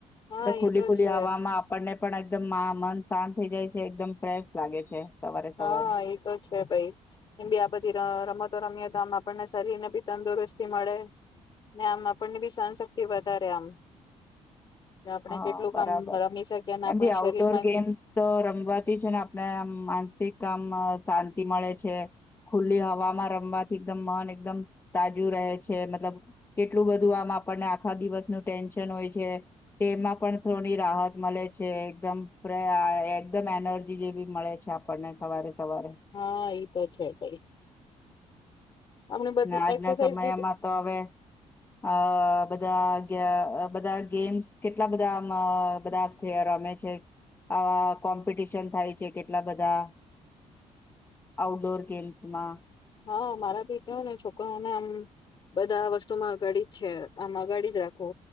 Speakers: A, on the left (about 35°); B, on the left (about 20°).
A: હા
B: તો ખુલ્લી
A: એ
B: ખુલ્લી
A: છે
B: હવામાં આપણને પણ એકદમ મન શાંત થઇ જાય છે, એકદમ ફ્રેશ લાગે છે. સવારે
A: હા
B: સવારે
A: એતો છે, ભાઈ. એમ બી આ બધી રમત. તો રમીએ તો આમ આપણને શરીર ને બી તંદુરસ્તી મળે ને, આમ આપણને બી સહનશક્તિ વધારે આમ. આપણે
B: હા,
A: કેટલુંક
B: બરાબર.
A: આમ રમી શકીએ અને આપણે
B: એમ ભી આઉટડોર
A: શરીરમાં
B: ગેમ્સ તો રમવાતી છે ને આપણે આમ માન્સ તિક આમ શાંતિ મળે છે, ખુલ્લી હવામાં રમવાથી એકદમ મન એકદમ તાજુ રહે છે. મતલબ કેટલું બધું આમ આપણને આખા દિવસનું ટેન્શન હોય છે. તેમાં પણ થોડી રાહત મળે છે, એકદમ, એકદમ એનર્જી જેવી મળે છે આપણને સવારે સવારે
A: હા, એ તો છે ભાઈ. આપણી બધી
B: ને આજના
A: એક્સરસાઇઝ
B: સમયમાં
A: બી
B: તો હવે અ બધા ક્યાં અ બધા ગેમ્સ કેટલા બધા આમ અ બધા રમે છે, આવા કોમ્પિટિશન થાય છે, કેટલા બધા. આઉટડોર ગેમ્સમાં.
A: હા, મારા ભી છે ને, છોકરાઓને આમ બધા વસ્તુમાં અગાડી જ છે. આમ અગાડી જ રાખો.